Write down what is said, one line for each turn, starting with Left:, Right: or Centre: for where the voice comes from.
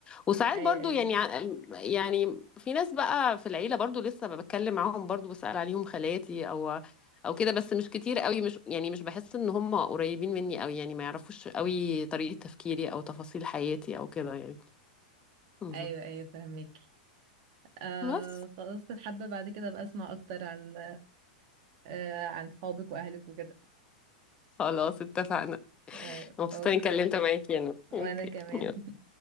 Left: وساعات
Right: ايوه
Left: برضو
Right: ايوه
Left: يعني ع- يعني في ناس بقى في العيلة برضو لسه بتكلم معاهم برضو بسأل عليهم خالاتي او او كده بس مش كتير قوي مش يعني مش بحس ان هم قريبين مني قوي يعني ما يعرفوش قوي طريقة تفكيري او تفاصيل حياتي او كده يعني مهم.
Right: ايوه ايوه فهمك آه
Left: بس
Right: خلاص كنت حابة بعد كده ابقى اسمع اكتر عن آه عن صحابك واهلك وكده
Left: خلاص اتفقنا
Right: أيوة.
Left: مبسوطة
Right: اوكي
Left: اني اتكلمت معاكي انا
Right: وانا
Left: اوكي
Right: كمان
Left: يلا.